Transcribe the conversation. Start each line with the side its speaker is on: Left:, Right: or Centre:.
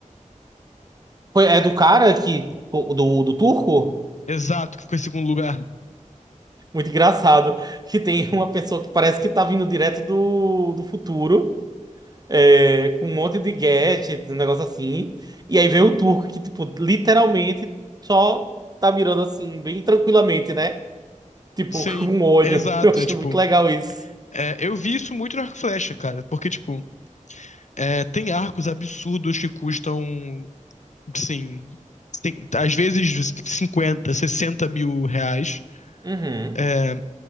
Right: Foi- É do cara que do, do turco?
Left: Exato, que ficou em segundo lugar.
Right: Muito engraçado. Que tem <laughs> uma pessoa que parece que tá vindo direto do, do futuro. é, com um monte de gadget, um negócio assim. E aí vem o turco que, tipo, literalmente só tá mirando assim, bem tranquilamente, né? Tipo,
Left: Sim,
Right: <laughs> com um olho.
Left: exato.
Right: Eu achei
Left: É tipo,
Right: muito legal isso.
Left: é, eu vi isso muito no Arco e Flecha, cara, porque tipo, é, tem arcos absurdos que custam, sim, tem- às vezes 50 60 mil reais,
Right: Uhum.
Left: é,